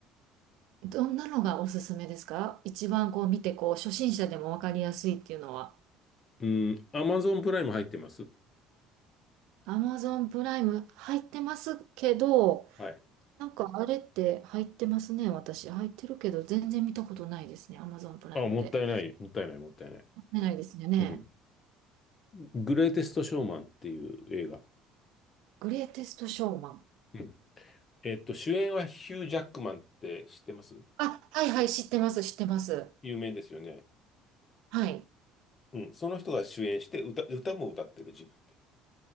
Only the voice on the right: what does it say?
どんなのがおすすめですか一番こう見て、こう初心者でもわかりやすいっていうのは。
Amazon プライム入ってますけど、
なんかあれって入ってますね、私。入ってるけど、全然見たことないですね、Amazon プライムで。
見ないですよね。
グレイテストショーマン。
あ、はいはい、知ってます、知ってます。
はい。